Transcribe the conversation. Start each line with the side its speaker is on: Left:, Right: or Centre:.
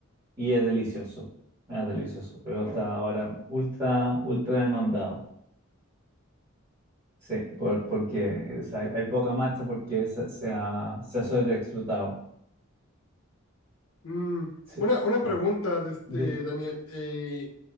Right: y es delicioso, es delicioso, pero está ahora ultra, ultra demandado. Sí, por- porque o sea, hay, hay poca marcha porque se, se ha, se ha sobreexplotado.
Left: Mm,
Right: Sí,
Left: una, una
Right: sí.
Left: pregunta de este,
Right: de-
Left: Daniel. eh,